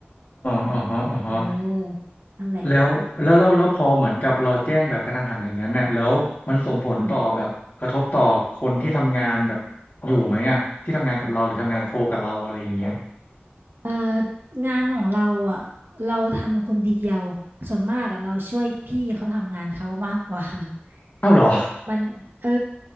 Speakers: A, on the left; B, on the right.
A: อ๋อฮะอ๋อฮะ
B: เออนั่นแหละ
A: แล้วแล้วแล้วแล้วพอเหมือนกับเราแจ้งแบบกระทันหันอย่างนั้นเนี่ยแล้วมันส่งผลต่อแบบกระทบต่อคนที่ทำงานแบบอยู่ไหมอ่ะที่ทำงานกับเราหรือทำงานโคกับเราอะไรอย่างเงี้ย
B: อืมเอองานของเราอ่ะเราทำคนเดียวส่วนมากอ่ะเราช่วยพี่เขาทำงานเขามากกว่า
A: เอ้าเหรอ
B: <laughs> มันเออ